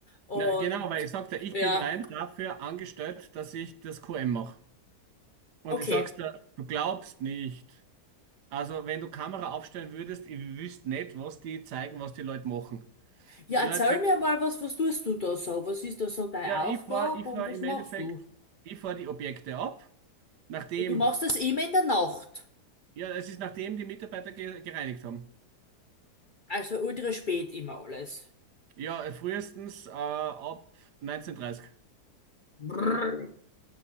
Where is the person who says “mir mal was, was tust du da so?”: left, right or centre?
Left